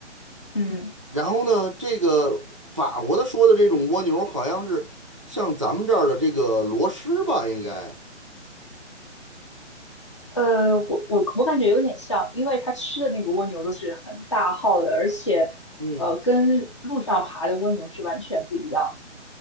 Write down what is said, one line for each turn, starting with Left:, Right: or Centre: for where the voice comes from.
Left: 嗯。
Right: 然后呢，这个法国的说的这种蜗牛，好像是像咱们这儿的这个螺蛳吧，应该。
Left: 呃，我我我感觉有点像，因为它吃的那个蜗牛都是很大号的，而且，
Right: 嗯，
Left: 呃，跟路上爬的蜗牛是完全不一样的。